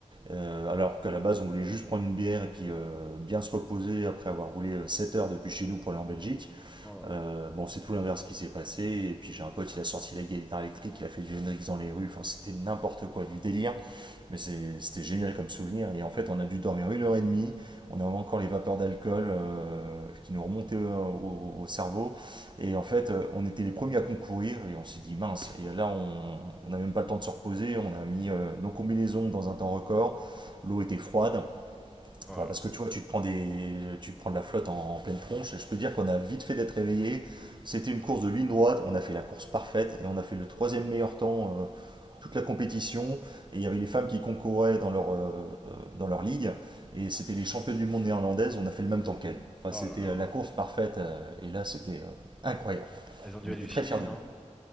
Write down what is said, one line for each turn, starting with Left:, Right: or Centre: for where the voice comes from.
Right: Euh, alors qu'à la base, on voulait juste prendre une bière et puis euh, bien se reposer après avoir roulé euh, 7 heures depuis chez nous pour aller en Belgique.
Centre: Oh là
Right: Euh,
Centre: là.
Right: bon, c'est tout l'inverse qui s'est passé. Et puis j'ai un pote, il a sorti la guitare électrique, il a fait du Hendrix dans les rues. Enfin, c'était n'importe quoi, du délire. Mais c'était génial comme souvenir. Et en fait, on a dû dormir une heure et demie. On avait encore les vapeurs d'alcool euh, qui nous remontaient au, au- au cerveau. Et en fait, euh, on était les premiers à concourir. Et on s'est dit, mince. Et là, on n'a même pas le temps de se reposer. On a mis euh, nos combinaisons dans un temps record. L'eau était froide.
Centre: Oh
Right: Enfin,
Centre: là là.
Right: parce que tu vois, tu te prends, des, tu te prends de la flotte en, en pleine tronche. Et je peux te dire qu'on a vite fait d'être réveillé. C'était une course de ligne droite. On a fait la course parfaite et on a fait le troisième meilleur temps euh, toute la compétition. Et il y avait les femmes qui concouraient dans leur, euh, dans leur ligue. Et c'était les championnes du monde néerlandaises. On a fait le même temps qu'elles. Enfin,
Centre: Oh
Right: c'était
Centre: là là.
Right: euh, la course parfaite. euh, et là, c'était euh, incroyable.
Centre: Elles ont dû
Right: On était
Centre: halluciner,
Right: très fiers de
Centre: non?
Right: nous.